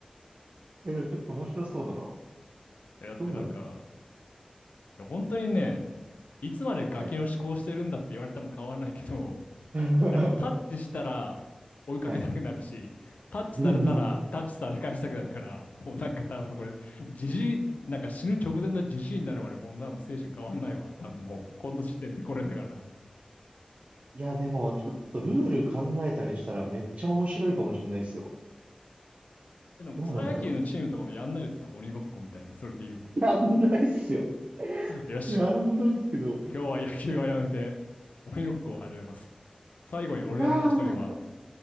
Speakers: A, on the right; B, on the left.
A: でもちょっと面白そうだな。
B: え、だってなんか、
A: どうなるんだ
B: いや、本当にね、いつまでガキの思考してるんだって言われても変わらないけど、
A: はい。<laughs>
B: なんかタッチしたら追いかけなくなるし、
A: はい。
B: タッチされたらタッチされ返したくなるから、
A: <laughs>
B: もうなんか多分これ、じじい、なんか死ぬ直前のじじいになるまで、この多分精神変わんないわ。多分もう、この時点でこれだから。
A: いや、でも、ちょっとルール考えたりしたらめっちゃ面白いかもしれないですよ。
B: えでも草野球のチームとかでやんないですか鬼ごっこみたいな、
A: どうなんだろ
B: それで言うと。
A: う。やんないっすよ。
B: よし。
A: やんないっすけど。
B: 今日は野球はやめて、
A: あ
B: 鬼ごっこを始めます。最後に俺だった人には
A: あー、